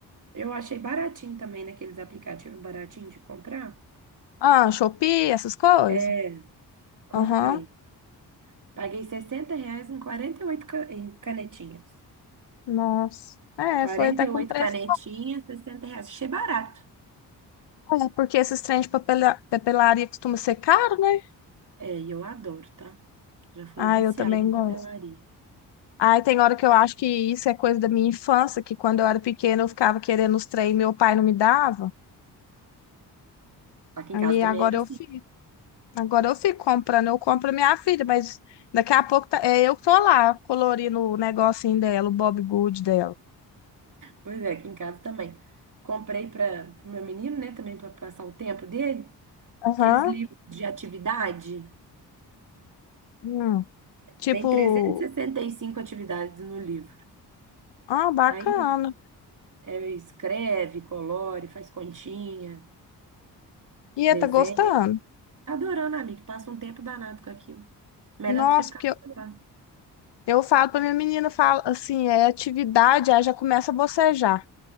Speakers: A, on the right; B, on the left.
A: Eu achei baratinho também naqueles aplicativos baratinho de comprar.
B: Ah, Shopee, essas coisas.
A: É, comprei.
B: Aham.
A: Paguei 60 reais em 48 ca- em canetinhas.
B: Nossa. É,
A: Quarenta
B: foi até
A: e
B: com
A: oito
B: preço.
A: canetinhas, 60 reais. Achei barato.
B: É, porque esses trem de papela- papelaria costuma ser caro, né?
A: É, e eu adoro, tá? Já fui
B: Ai,
A: viciada
B: eu também
A: em
B: gosto.
A: papelaria.
B: Ai, tem hora que eu acho que isso é coisa da minha infância, que quando eu era pequena eu ficava querendo os trem e meu pai não me dava.
A: Aqui
B: Aí
A: em casa também
B: agora
A: era assim.
B: eu fico. Agora eu fico comprando, eu compro a minha filha, mas daqui a pouco tá- é eu que tô lá colorindo o negocinho dela, o Bob Good dela.
A: Pois é, aqui em casa também. Comprei para o meu menino, né, também para passar o tempo dele,
B: Aham.
A: aqueles livros de atividade.
B: Hum. Tipo,
A: Vem e e sessenta e cinco atividades no livro.
B: ah, bacana.
A: Aí é, escreve, colore, faz continha,
B: E
A: desenha.
B: é, tá gostando?
A: Adorando, amiga, passa um tempo danado com aquilo. Melhor
B: Nossa,
A: do que ficar
B: porque
A: no
B: eu,
A: celular.
B: eu falo pra minha menina, eu falo assim, é atividade, aí já começa a bocejar.